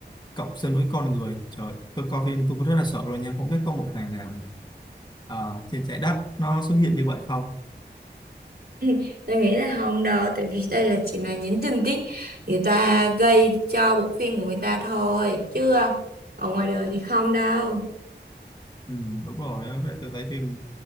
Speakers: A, on the left; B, on the right.
A: cộng sinh với con người trời tôi coi phim tôi có rất là sợ luôn nha không biết có một ngày nào mà, ờ, trên trái đất nó xuất hiện như vậy không
B: <laughs> Tôi nghĩ là không đâu, tại vì đây là chỉ là những tình tiết người ta gây cho bộ phim của người ta thôi, chứ ở ngoài đời thì không đâu.
A: ừ, đúng rồi đó. Vậy tôi thấy phim